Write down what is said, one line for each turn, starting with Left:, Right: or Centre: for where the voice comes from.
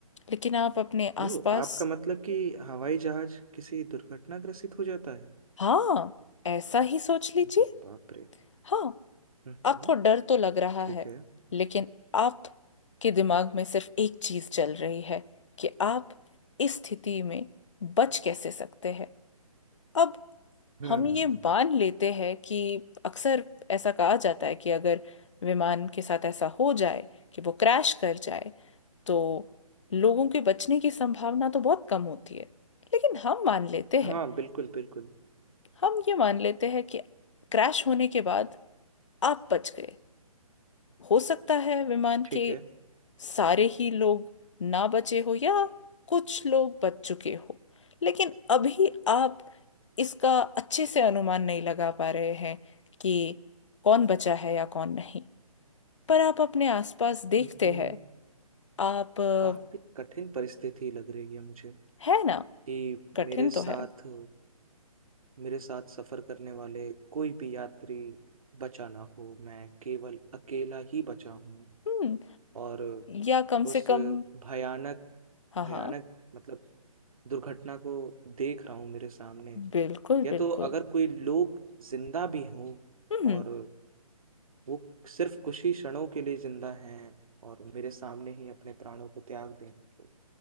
Left: लेकिन आप अपने
Right: ओ,
Left: आसपास
Right: आपका मतलब कि हवाई जहाज किसी दुर्घटनाग्रस्त हो जाता है
Left: हाँ ऐसा ही सोच लीजिए
Right: अरे बाप रे
Left: हाँ
Right: हम्म
Left: आपको डर तो लग रहा
Right: ठीक
Left: है
Right: है
Left: लेकिन आपके दिमाग में सिर्फ एक चीज चल रही है कि आप इस स्थिति में बच कैसे सकते हैं अब
Right: हम्म
Left: हम ये मान लेते हैं कि अक्सर ऐसा कहा जाता है कि अगर विमान के साथ ऐसा हो जाए कि वो क्रैश कर जाए तो लोगों के बचने की संभावना तो बहुत कम होती है लेकिन हम मान लेते हैं
Right: हाँ बिल्कुल बिल्कुल
Left: हम ये मान लेते हैं कि क्रैश होने के बाद आप बच गए हो सकता है विमान
Right: ठीक
Left: के
Right: है
Left: सारे ही लोग ना बचे हो या कुछ लोग बच चुके हो लेकिन अभी आप इसका अच्छे से अनुमान नहीं लगा पा रहे हैं कि कौन बचा है या कौन नहीं पर आप अपने आसपास देखते
Right: ये तो
Left: हैं आप अ,
Right: काफी कठिन परिस्थिति लग रही है मुझे
Left: है ना
Right: कि
Left: कठिन
Right: मेरे साथ
Left: तो है
Right: मेरे साथ सफर करने वाले कोई भी यात्री बचा ना हो मैं केवल अकेला ही बचा हूँ
Left: हम्म
Right: और
Left: या कम
Right: उस
Left: से कम
Right: भयानक
Left: हाँ
Right: भयानक
Left: हाँ
Right: मतलब दुर्घटना को देख रहा हूँ मेरे सामने
Left: बिल्कुल
Right: या
Left: बिल्कुल
Right: तो अगर कोई लोग जिंदा भी हों
Left: हम्म
Right: और वो सिर्फ कुछ ही क्षणों के लिए जिंदा हैं और मेरे सामने ही अपने प्राणों को त्याग दें तो,